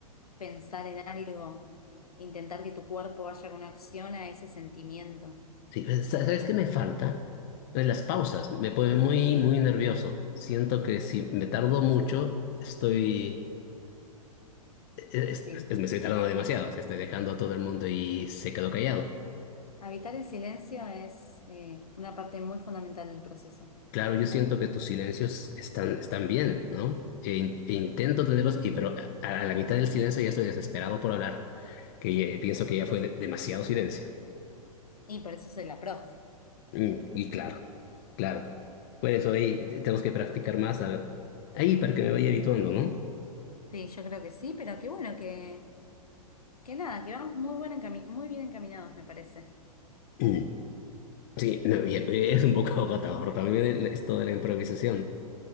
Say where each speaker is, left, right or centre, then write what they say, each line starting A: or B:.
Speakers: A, on the left; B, on the left.
A: pensar en algo, intentar que tu cuerpo vaya con una acción a ese sentimiento.
B: Sí, pues, sa- ¿sabes qué me falta? Pues Las pausas, me pone muy, muy nervioso. Siento que si me tardo mucho, estoy, es-
A: Sí.
B: es- pues, me estoy tardando demasiado, o sea, estoy dejando a todo el mundo y se quedó callado.
A: Habitar el silencio es eh, una parte muy fundamental del proceso.
B: Claro, yo siento que tus silencios están, están bien, ¿no? E, in- e intento tenerlos, y, pero a, a la mitad del silencio ya estoy desesperado por hablar, que ya- pienso que ya fue de- demasiado silencio.
A: Y por eso soy la profe.
B: Mm, y claro, claro. Por eso ahí te- tenemos que practicar más a- ahí para que me vaya habituando, ¿no?
A: Sí, yo creo que sí, pero qué bueno que, que nada, que vamos muy buen encami- muy bien encaminados, me parece.
B: Mm. Sí, no, y es un poco <laughs> agotador también el- esto de la improvisación.